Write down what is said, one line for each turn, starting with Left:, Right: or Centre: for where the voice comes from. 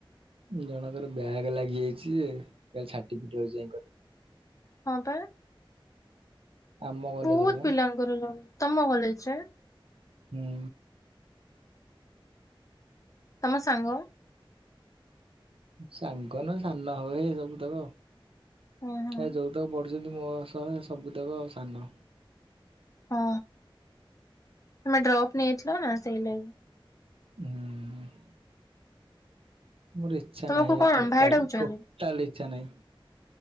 Right: ଜଣଙ୍କର ବ୍ୟାଗ ଲାଗିଯାଇଛିାଯେ କାଲି ଛାଟି ପିଟି ହଉଛିଇ କଲେ
Left: ହଁ ପା
Right: ଆମ କଲେଜରେ
Left: ବହୁତ
Right: ମ
Left: ପିଲାଙ୍କର ଲ ତମ କଲେଜରେ
Right: ହୁଁ
Left: ତମ ସାଙ୍ଗ
Right: ସାଙ୍ଗନ ସାନ ହବ ହେ ସବୁ ତକ ଆଉ
Left: ହୁଁ ହୁଁ
Right: ଏ ଯୋଉ ତକ ପ ଡୁଛନ୍ତି ମୋ ସହ ସବୁ ତାକ ସାନ
Left: ହଁ ତମେ ଡ୍ରପ ନେଇଥିଲ ନା ସେଇ ଲାଗି
Right: ହୁଁ ମୋର ଇଚ୍ଛା
Left: ତମକୁ
Right: ନାହିଁ
Left: କଣ
Right: ଏ ଟୋଟାଲ
Left: ଭାଇ ଡାକୁଛନ୍ତି
Right: ଟୋଟାଲ ଇ ଇଛା ନାହିଁ